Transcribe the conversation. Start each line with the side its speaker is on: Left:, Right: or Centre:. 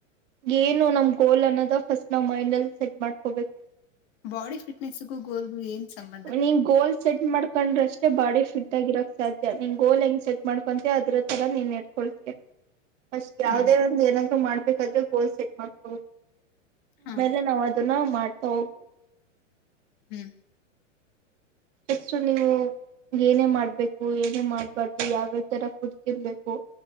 Right: ಏನು ನಮ ಗೋಲ್ ಅನ್ನೋದ ಫಸ್ಟ್ ನಾವ್ ಮೈಂಡ್ಲ್ಲಿ ಸೆಟ್ ಮಾಡ್ಕೋಬೇಕ
Left: ಬಾಡಿ ಫಿಟ್ನೆಸ್ಗೂ ಗೋಲ್ಗು ಏನ್ ಸಂಬಂಧ
Right: ನೀನು ಗೋಲ್ ಸೆಟ್ ಮಾಡ್ಕೊಂಡ್ರಷ್ಟೇ ಬಾಡಿ ಫಿಟ್ ಆಗಿರಕ್ ಸಾಧ್ಯ ನಿನ್ನ ಗೋಲ್ ಹೆಂಗ್ ಸೆಟ್ ಮಾಡ್ಕೊಂತೀ ಅದ್ರ ತರ ನೀನ್ ನಡ್ಕೊಳ್ತಿಯಾ ಅಷ್ಟ್ ಯಾವದೇ
Left: ಹ್ಮ್
Right: ಒಂದ ಏನ್ರು ಮಾಡು ಬೇಕಾದ್ರೆ ಗೋಲ್ ಸೆಟ್ ಮಾಡ್ಕೋ
Left: ಹಾ
Right: ಆಮೇಲೆ ನಾವು ಅದನ್ನ ಮಾಡ್ತಾ ಹೋಗ್ಬೇಕು <unintelligible>
Left: ಹ್ಮ್
Right: ಅಷ್ಟು ನೀವು ಏನೇ ಮಾಡಬೇಕು ಏನೇ ಮಾಡಬಾರದು ಯಾವ್ಯಾವ ತರ ಫುಡ್ ತಿನ್ಬೇಕು